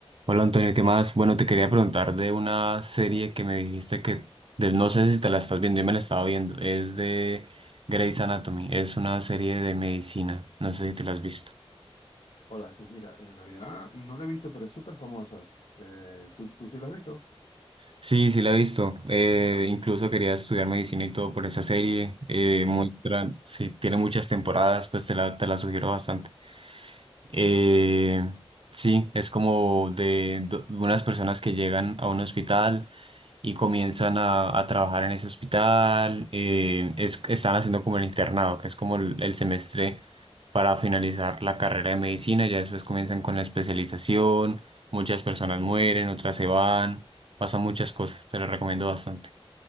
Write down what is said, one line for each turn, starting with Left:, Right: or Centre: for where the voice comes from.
Right: Hola Antonio, ¿qué más? Bueno, te quería preguntar de una serie que me dijiste que de- no sé si te la estás viendo, yo me la estaba viendo, es de Grey's Anatomy, es una serie de medicina, no sé si te la has visto.
Left: Hola Jesús, mira, en realidad no la he visto, pero es súper famosa. Eh, ¿tú, tú sí la has visto?
Right: Sí, sí la he visto, eh, incluso quería estudiar medicina y todo por esa serie, eh, muestra, sí, tiene muchas temporadas, pues te la, te la sugiero bastante. Eh, sí, es como de do- unas personas que llegan a un hospital y comienzan a, a trabajar en ese hospital. eh, es- están haciendo como el internado, que es como el, el semestre para finalizar la carrera de medicina. Ya después comienzan con la especialización. Muchas personas mueren, otras se van. Pasan muchas cosas. Te lo recomiendo bastante.